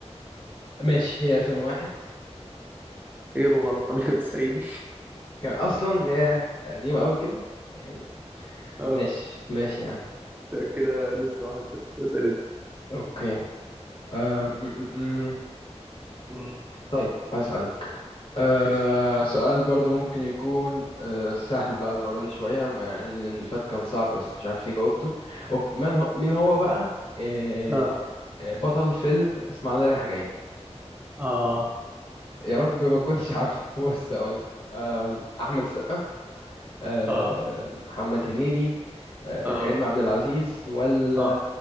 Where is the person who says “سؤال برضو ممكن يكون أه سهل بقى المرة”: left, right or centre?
Left